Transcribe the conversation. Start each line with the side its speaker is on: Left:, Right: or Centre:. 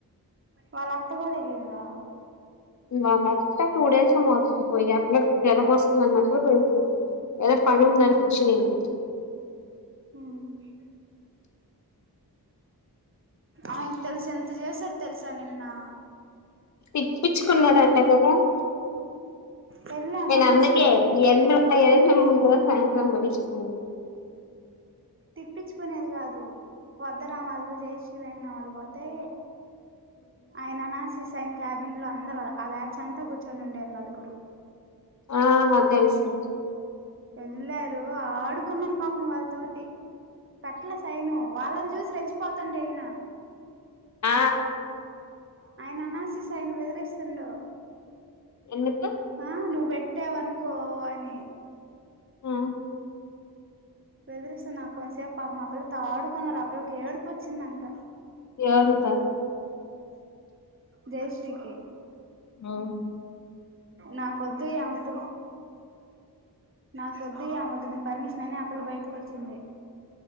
Right: వాళ్ళ అత్తగుడ ఎలిందా
Left: వాళ్ళ అత్త టూ డేస్ ఏమో అవుతుంది పోయి ఆ పిల్లకి జ్వరం వస్తుంది అన్నప్పుడు పోయింది ఏదో పని ఉందని వచ్చినింది
Right: మ్ ఆయన తెలుసా ఎంత చేసాడు తెలుసా నిన్నా
Left: తిప్పిచ్చుకున్నాడంట కదా
Right: వెళ్ళామా
Left: నేన్ అందుకే ఇయ్యన్ని ఉంటాయనే నేను ముందు రోజు సాయంత్రం పెట్టించుకునేది
Right: తిప్పించుకునేది కాదు పోద్దన వాళ్ళు జయశ్రీ మేఘన వాళ్ళు పోతే ఆయన అనాలసిస్ ఆయనకి క్యాబిన్ లో అందరు ఆ బ్యాచ్ అంతా కూర్చొని ఉండే ఆ నలుగురు
Left: ఆ తెలుసు
Right: ఎల్లారు ఆడుకున్నరు పాపం వాళ్ళ తోటి పెట్లే సైను వాళ్ళని చూసి రెచ్చిపోతుండే ఇయినా
Left: ఆ
Right: ఆయన అనసిస్ ఆయన బెదిరిస్తుండో
Left: ఎందుకు
Right: ఆ నువ్ పెట్టావనుకో అని
Left: ఉమ్
Right: బెదిరిస్తుంది నా కొంతసేపు పాపం ఆ పిల్లతో ఆడుకున్నారు ఆ పిల్లకి ఏడుపు వచ్చిందంట
Left: ఎవరితో
Right: జైశ్రీకి
Left: ఆ
Right: నాకొద్దు ఇ ఆమె తో నాకొద్దు ఆమె తో పర్మిషన్ అనే అ పిల్ల బయటకు వచ్చింది